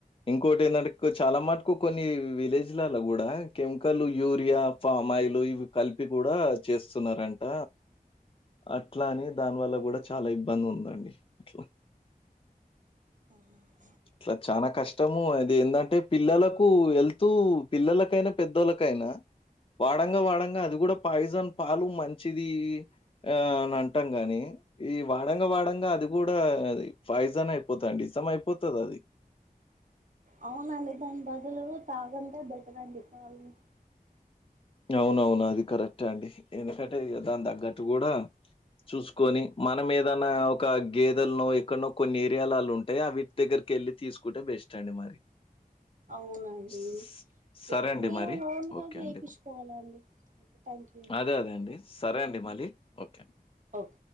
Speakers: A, on the left (about 35°); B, on the right (about 55°).
A: ఇంకోటి ఏంటంటే చాలా మటుకు కొన్ని విలేజ్లలో కూడా కెమికల్ యూరియా ఫామాయిలు ఇవి కలిపి కూడా చేస్తున్నారంట అట్లా అని దాని వల్ల కూడా చాలా ఇబ్బంది ఉందండి అట్లా
B: ఆఓహా
A: అట్లా చనా కష్టము అది ఏంటంటే పిల్లలకు వెళ్తూ పిల్లలకైనా పెద్దోళ్ళకి కైనా వాడంగా వాడంగా అది కూడా పాయిజన్ పాలు మంచిది ఆ అనంటాం గాని ఈ వాడంగా వాడంగా అది కూడా పాయిజనే పోత అంటే ఇసం అయిపోతదాది
B: అవునండి దాని బదులు తాగందే బెటర్ అండి తాగు
A: అవునవును అది కరెక్టే అండి ఎందుకంటే దాని తగ్గట్టు కూడా చూసుకొని మనం ఏదన్నా ఒక గేదెల్లో ఎక్కడనో కొన్ని ఏరియాలలు ఉంటాయి అవి దగ్గర్ కెళ్లి తీసుకుంటే బెస్ట్ అండి మరి
B: అవునండి
A: స- సరే
B: మీ
A: అండి
B: మీరు
A: మరి.
B: ఓన్ గా
A: ఓకే
B: చేపించుకోవాల్
A: అండి.
B: హాలో అండి ఒకే థాంక్యూ అండి
A: అదే అదే సరే అండి మలి ఒకే
B: ఒక్